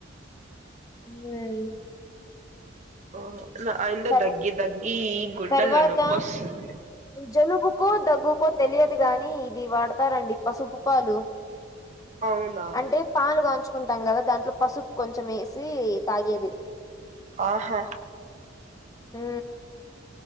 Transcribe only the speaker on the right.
ఓ నా అండ్
దగ్గి దగ్గీ గుండెల్లో
నొప్పి వస్సంది
అవునా
ఆహా